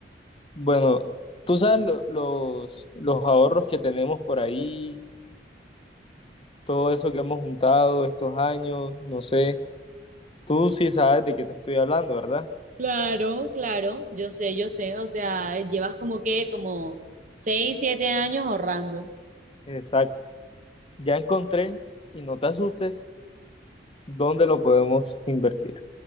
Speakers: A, on the left (about 30°); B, on the right (about 45°).
A: Bueno, tú sabes lo- los, los ahorros que tenemos por ahí, todo eso que hemos juntado estos años, no sé. Tú sí sabes de qué te estoy hablando, ¿verdad?
B: Claro, claro, yo sé, yo sé, o sea, llevas como que, como seis, siete años ahorrando.
A: Exacto. Ya encontré, y no te asustes, dónde lo podemos invertir.